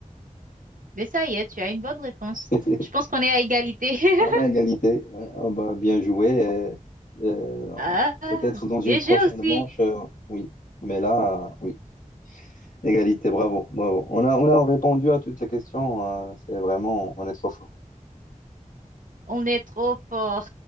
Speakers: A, on the right (about 80°); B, on the left (about 75°).
A: Mais ça y est, tu as une bonne réponse.
B: <laughs>
A: Je pense qu'on est à égalité. <laughs>
B: On est à égalité. Ouais. Ah bah, bien joué. Et, euh,
A: Ah,
B: peut-être dans une
A: bien
B: prochaine
A: joué aussi.
B: manche, euh, oui. Mais là, euh, oui. Égalité, bravo, bravo. On a, on a répondu à toutes les questions. euh, c'est vraiment, on est trop fort.
A: On est trop fort.